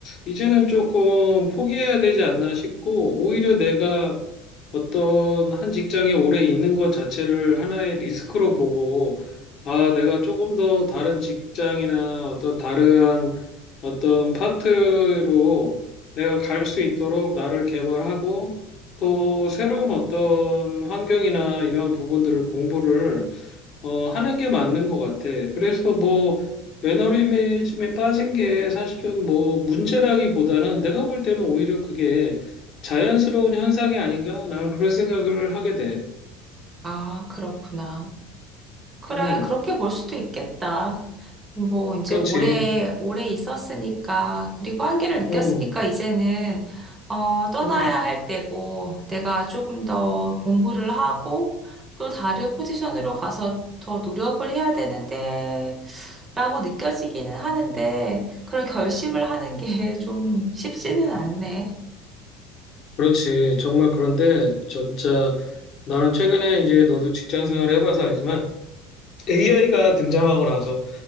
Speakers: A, on the left; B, on the right.
A: 이제는 조금 포기해야 되지 않나 싶고, 오히려 내가 어떤 한 직장에 오래 있는 것 자체를 하나의 리스크로 보고, 아, 내가 조금 더 다른 직장이나 어떤 다른 어떤 파트로 내가 갈 수 있도록 나를 개발하고 또 새로운 어떤 환경이나 이러한 부분들을 공부를 어, 하는 게 맞는 것 같아. 그래서 뭐, 매너리즘에 빠진 게 사실은 뭐, 문제라기보다는 내가 볼 때는 오히려 그게 자연스러운 현상이 아닌가? 나는 그런 생각을 하게 돼.
B: 아, 그렇구나. 그래,
A: 음,
B: 그렇게 볼 수도 있겠다. 뭐, 이제
A: 그렇지.
B: 오래, 오래 있었으니까, 그리고 한계를 느꼈으니까,
A: 음,
B: 이제는, 어, 떠나야
A: 음,
B: 할 때고, 내가 조금 더 공부를 하고, 또 다른 포지션으로 가서 더 노력을 해야 되는데, 라고 느껴지기는 하는데, 그런 결심을 하는 게 <laughs> 좀 쉽지는 않네.
A: 그렇지. 정말 그런데, 진짜, 나는 최근에 이제 너도 직장 생활 해봐서 알지만, AI가 등장하고 나서